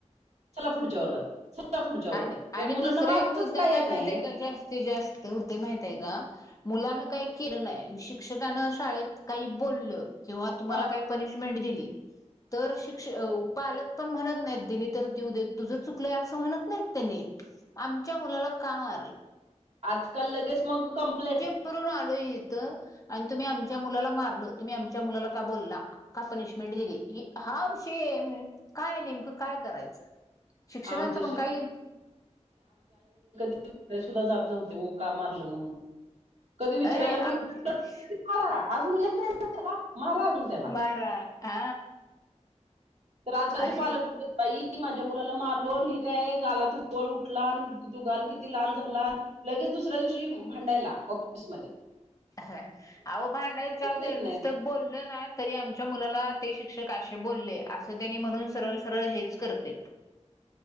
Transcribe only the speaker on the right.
चला पुढच्या वर्गात चला पुढच्या वर्गात
त्या
मुलांना
मागचंच
येत
नाही
हा
आजकाल लगेच मग कंप्लेंट
आमचे
े सुद्धा जात नव्हते ओ का मारलं म्हणून कधी विचारयला
पण
मारा अजून घेतयला मारा अजून त्याला
तर आजकालचे
पालक बाई माझ्या मुलाला मारलो हे काय गालात गळ उठला आणि तू गाल किती लाल झाला लगेच दुसऱ्या दिवशी भांडायला ऑफिस मध्ये
देत
नाहीत.